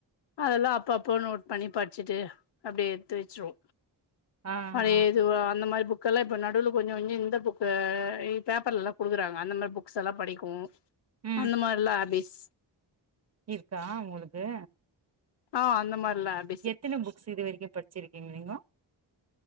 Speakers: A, on the left; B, on the right.
A: அதெல்லா அப்பப்போ நோட் பண்ணி படிச்சுட்டு அப்படியே எடுத்து வச்சிருவோ
B: ஆஹா
A: பழையது அந்த மாரி புக் கெல்லா இப்ப நடுவுல்ல கொஞ்சோ இந்த புக் பேப்பர்ல எல்லாம் குடுக்குறாங்க அந்த மாரி புக்ஸ் எல்லா படிக்கு
B: ம்
A: அந்த மாரிலா ஆபிஸ்
B: இருக்கா உங்களுக்கு
A: ஆ அந்த மாரிலா இருக்
B: எத்தனை புக்ஸ் இது வரைக்கு படிச்சிருக்கீங்க நீங்க